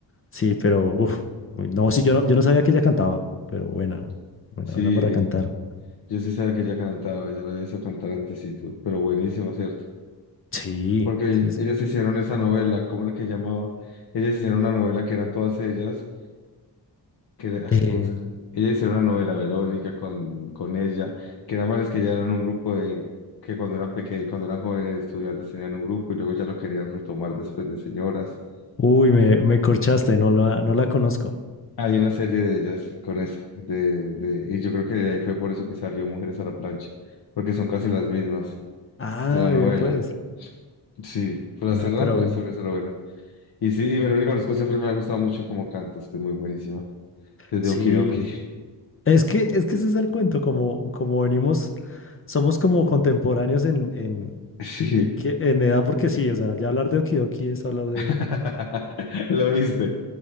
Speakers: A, on the left; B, on the left.
A: sí, pero. Uf. No, sí, yo no, yo no sabía que ella cantaba. Pero buena.
B: <laughs>
A: Buena,
B: Sí,
A: buena para cantar.
B: yo sí sabía que ella cantaba, yo la había visto cantar antesito, pero buenísima, ¿cierto?
A: Sí,
B: Porque
A: sí, sí.
B: ellas hicieron esa novela, ¿cómo era que llamaba? Ellas hicieron una novela que eran todas ellas, que era-
A: Eh,
B: ay, ¿cómo es? Ellas hicieron una novela, Verónica, con, con ella, que era más que ya eran un grupo de, que cuando eran pequeños, cuando eran jóvenes estudiantes tenían un grupo y luego ya lo querían retomar después de señoras.
A: uy, me, me corchaste, no la, no la conozco.
B: Hay una serie de ellas con esa, de, de, y yo creo que de ahí fue por eso que salió Mujeres a la Plancha, porque son casi las mismas
A: Ah,
B: de la novela.
A: ya pues.
B: Sí, por hace
A: No,
B: rato
A: pero bueno.
B: yo sobre esa novela. Y sí, y Verónica Orozco siempre me ha gustado mucho como cantas, que es muy buenísima. Desde
A: Sí.
B: Okidoki.
A: Es que, es que ese es el cuento, como, como venimos, somos como contemporáneos en, en,
B: Sí.
A: en, qué- en edad, porque sí, o sea, ya hablar de Okidoki es hablar de...
B: <laughs> Lo viste.